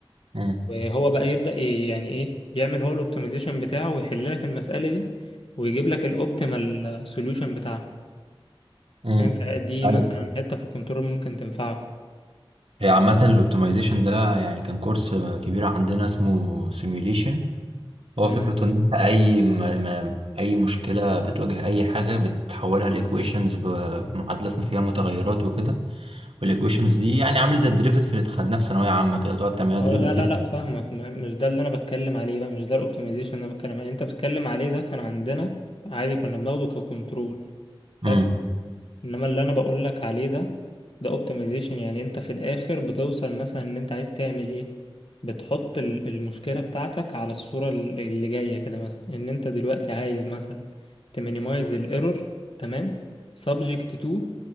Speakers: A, on the right; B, on the left.
A: امم
B: وهو بقى يبدأ ي- يعني ايه يعمل هو الاوبتمايزيشن بتاعه ويحل لك المسألة دي ويجيب لك الاوبتيمال سوليوشن بتاعها
A: امم
B: فاهم فدي
A: ايوه
B: مثلا حتة في الكنترول ممكن تنفعكم
A: هي عامة الاوبتمايزيشن ده يعني كان كورس كبير عندنا اسمه سيميوليشن هو
B: امم
A: فكرته ان انت اي ما ما اي مشكلة بتواجه اي حاجة بتحولها لايكويشنز بمعادلات فيها متغيرات وكده والايكويشنز دي يعني عامل زي الدريفيتيف اللي خدناه في ثانوية عامة كده تقعد تعملها
B: هو
A: دريفيتيف
B: لا لا لا فاهمك ما- مش ده اللي انا بتكلم عليه بقى مش ده الاوبتمايزيشن اللي انا بتكلم عليه انت بتتكلم عليه ده كان عندنا عادي كنا بناخده ككنترول حلو
A: امم
B: انما اللي انا بقول لك عليه ده ده اوبتمايزيشن يعني انت في الاخر بتوصل مثلا ان انت عايز تعمل ايه بتحط ال- المشكلة بتاعتك على الصورة ال- اللي جاية كده مثلا ان انت دلوقتي عايز مثلا تمينيمايز الايرور تمام سبجكت تو